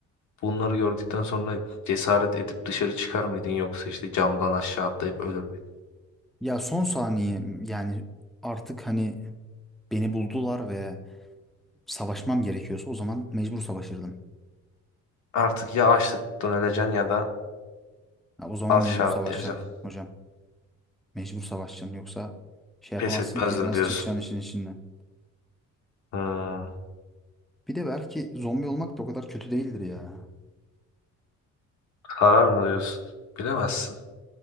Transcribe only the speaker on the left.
Bunları gördükten sonra cesaret edip dışarı çıkar mıydın yoksa işte camdan aşağı atlayıp ölür müydün?
Artık ya açlıktan öleceksin ya da
aşağı
atlayacaksın.
Pes
etmezdim
diyorsun.
Hmm.
Karar mı diyorsun? Bilemezsin.